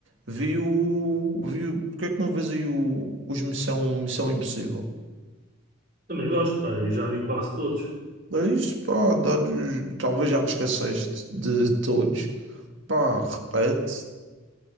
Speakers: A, on the right; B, on the right.
A: vi o. Vi o porque é que não vês aí o, os Missão, Missão Impossível?
B: Também gosto, pá, eu já vi quase todos.
A: É isso, pá, dar- talvez já te esqueceste de todos. Pá, repete.